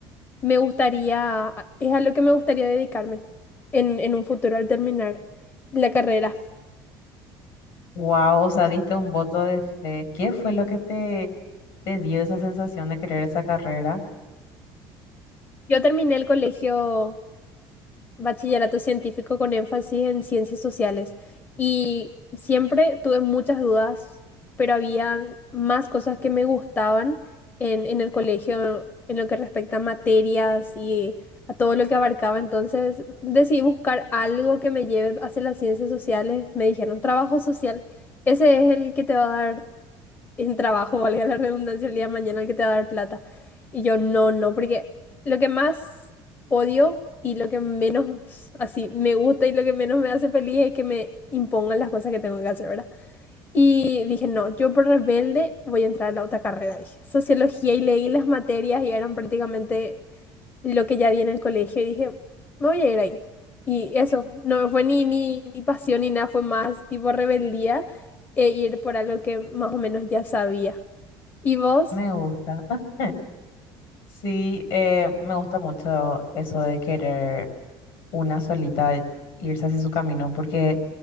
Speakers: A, on the left; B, on the left.
A: me gustaría, es a lo que me gustaría dedicarme en, en un futuro al terminar la carrera.
B: Wow, o sea, diste un voto de fe. ¿Qué fue lo que te, te dio esa sensación de querer esa carrera?
A: Yo terminé el colegio bachillerato científico con énfasis en ciencias sociales y siempre tuve muchas dudas, pero había más cosas que me gustaban en, en el colegio en lo que respecta a materias y a todo lo que abarcaba. Entonces decidí buscar algo que me lleve hacia las ciencias sociales. Me dijeron trabajo social, ese es el que te va a dar en trabajo, valga la redundancia, el día de mañana el que te va a dar plata. Y yo, no, no, porque lo que más odio y lo que menos así me gusta y lo que menos me hace feliz es que me impongan las cosas que tengo que hacer, ¿verdad? Y dije, no, yo por rebelde voy a entrar a la otra carrera, dije, sociología y leí las materias y eran prácticamente lo que ya vi en el colegio y dije, me voy a ir ahí. Y eso, no fue ni, ni, ni pasión ni nada, fue más tipo rebeldía e ir por algo que más o menos ya sabía. ¿Y vos?
B: Me gusta. <laughs> Sí, eh, me gusta mucho eso de querer una solita irse hacia su camino, porque